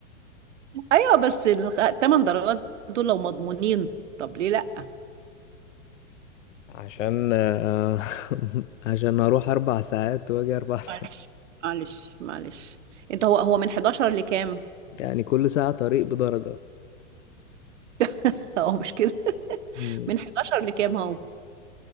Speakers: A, on the right; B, on the left.
A: ايوه بس الثمان درجات دول لو مضمونين طب ليه لا
B: عشان آه، <laughs> عشان اروح اربع ساعات واجي اربع <laughs> ساعات
A: معلش معلش معلش انت هو هو من 11 لكام
B: يعني كل ساعة طريق بدرجة
A: <laughs> هو مش كده <laughs>
B: مم.
A: من 11 لكام هو